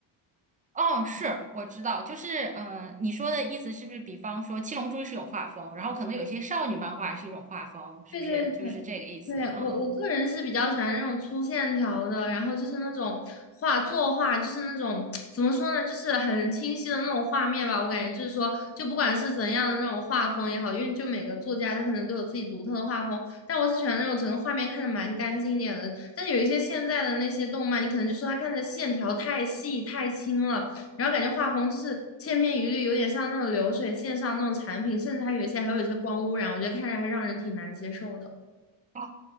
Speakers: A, on the right (about 20°); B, on the left (about 30°).
A: 哦，是，我知道，就是，嗯，你说的意思是不是，比方说《七龙珠》是一种画风，然后可能有些少女漫画是一种画风，是不是就是这个意思？
B: 对对对，对，
A: 嗯。
B: 我我个人是比较喜欢那种粗线条的，然后就是那种画作画，就是那种怎么说呢，就是很清晰的那种画面吧。我感觉就是说，就不管是怎样的那种画风也好，因为就每个作家他可能都有自己独特的画风，但我是喜欢那种整个画面看着蛮干净一点的。但有一些现在的那些动漫，你可能就说它看着线条太细太轻了，然后感觉画风就是千篇一律，有点像那种流水线上那种产品，甚至还有一些还有一些光污染，我觉得看着还让人挺难接受的。
A: 哦，